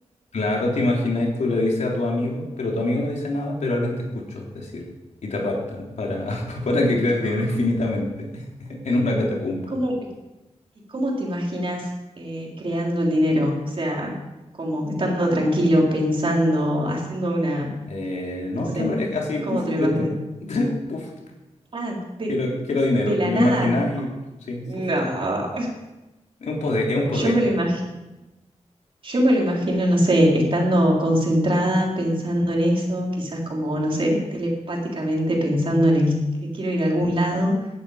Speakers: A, on the left (about 75°); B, on the right (about 45°).
A: Claro, te imaginas, tú le dices a tu amigo, pero tu amigo no dice nada, pero alguien te escuchó decir y te raptan para, <laughs> para que creas dinero
B: <laughs>
A: infinitamente <laughs> en una catacumba.
B: ¿Cómo, ¿Y cómo te imaginas eh, creando el dinero? O sea, como estando tranquilo, pensando, haciendo una,
A: Eh, no,
B: no sé,
A: que aparezca así, puff,
B: ¿cómo te lo
A: listo.
B: imaginas?
A: <laughs> Puf.
B: Ah, de,
A: Quiero, quiero dinero,
B: de la
A: te lo
B: nada.
A: imaginas y sí,
B: No.
A: puf, es un poder, es un poder.
B: Yo me lo imagino,
A: pu.
B: yo me lo imagino, no sé, estando concentrada, pensando en eso, quizás como, no sé, telepáticamente pensando en el que quiero ir a algún lado